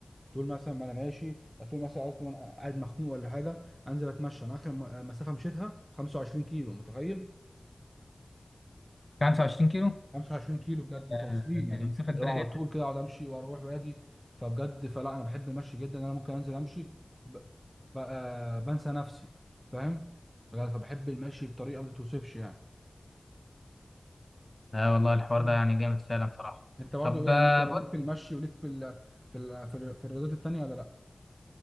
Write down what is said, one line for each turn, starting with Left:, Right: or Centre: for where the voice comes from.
Right: طول مثلا ما انا ماشي طول مثلا قصدي وانا قاعد مخنوق ولا حاجه انزل اتمشى انا اخر م- مسافه مشيتها 25 كيلو متخيل
Left: 25 كيلو
Right: 25 كيلو بجد متواصلين
Left: آه،
Right: يعني
Left: دي مسافه كبيره
Right: لو على
Left: جدا
Right: طول كده اقعد امشي واروح واجي فبجد فلا انا بحب المشي جدا انا ممكن انزل امشي ب... ب... آه، بنسى نفسي فاهم بجد فبحب المشي بطريقه ما تتوصفش يعني
Left: لا والله الحوار
Right: مم.
Left: ده يعني جامد فعلا صراحه
Right: انت برضو
Left: طب
Right: ايه يعني
Left: آه،
Right: انت ليك في المشي وليك في ال... في ال... في, ال... في الرياضات التانيه ولا لا